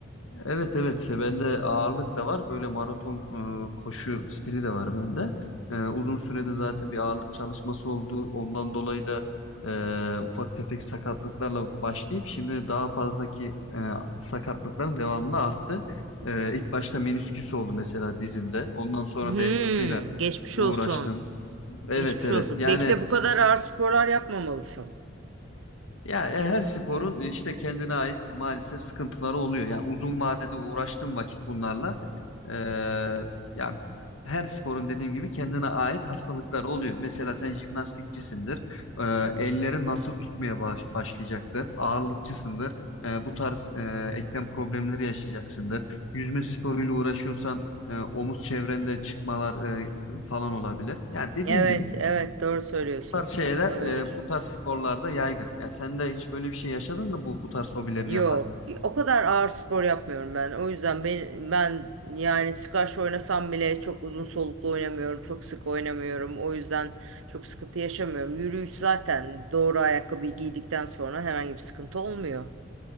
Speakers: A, on the left (about 80°); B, on the right (about 75°).
A: Evet evet E, bende ağırlık da var böyle maraton e, koşu stili de var bende. E, uzun sürede zaten bir ağırlık çalışması oldu. Ondan dolayı da e, ufak tefek sakatlıklarla başlayıp şimdi daha fazlaki e, sakatlıkların devamında arttı. E, ilk başta menisküs oldu mesela dizimde. Ondan sonra
B: Hmm,
A: bel fıtığıyla
B: geçmiş
A: uğraştım.
B: olsun.
A: Evet
B: Geçmiş
A: evet
B: olsun.
A: yani
B: Belki de bu kadar ağır sporlar yapmamalısın.
A: Ya e, her sporun e, işte kendine ait maalesef sıkıntıları oluyor. Yani uzun vadede uğraştığım vakit bunlarla e, ya her sporun dediğim gibi kendine ait hastalıkları oluyor. Mesela sen jimnastikçisindir. E, elleri nasır tutmaya baş- başlayacaktır. Ağırlıkçısındır. E, bu tarz e, eklem problemleri yaşayacaksındır. Yüzme sporuyla uğraşıyorsan e, omuz çevrende çıkmalar e, falan olabilir. Yani dediğim
B: Evet,
A: gibi
B: evet doğru söylüyorsun.
A: bu tarz şeyler
B: Olabilir.
A: e, bu tarz sporlarda yaygın. Ya sen de hiç böyle bir şey yaşadın mı bu bu tarz hobilerini
B: Yok,
A: yaparken?
B: o kadar ağır spor yapmıyorum ben. O yüzden ben, ben yani squash oynasam bile çok uzun soluklu oynamıyorum, çok sık oynamıyorum. O yüzden çok sıkıntı yaşamıyorum. Yürüyüş zaten doğru ayakkabıyı giydikten sonra herhangi bir sıkıntı olmuyor.